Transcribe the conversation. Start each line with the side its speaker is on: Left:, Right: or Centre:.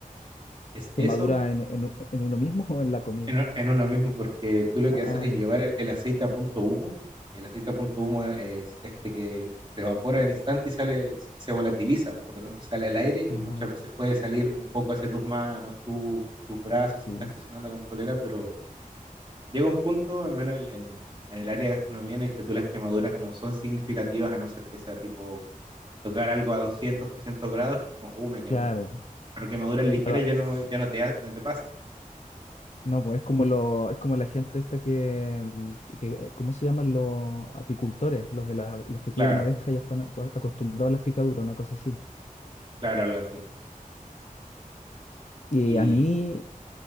Right: es eso
Left: que madura en, en, u- en uno mismo <laughs> o en la comida.
Right: en, en uno mismo, porque tú lo
Left: Ah,
Right: que haces
Left: ah,
Right: es
Left: ya.
Right: llevar el, el aceite a punto humo, y el aceite a punto humo es este que se evapora en instante y sale, se se volatiliza, por lo tanto sale al aire y
Left: Ah,
Right: muchas veces puede salir un poco hacia tus manos, tu- tus brazos si
Left: sí.
Right: estás cocinando con polera, pero llega un punto, al menos en, en- en el área de gastronomía, en el que tú las quemaduras no son significativas, a no ser que sea tipo tocar algo a 200, 300 grados, como, uh, me quemé.
Left: Claro,
Right: Pero quemaduras ligeras
Left: claro.
Right: ya no, ya no te, ha- no te pasan.
Left: No, pues es como lo, es como la gente esta que, mm, que- que- eh, ¿cómo se llaman los apicultores? Los de las, los que
Right: Claro,
Left: cuidan abejas ya están acu- acostumbrados a las picaduras, una cosa así.
Right: claro, algo así.
Left: Y
Right: Y
Left: a mí,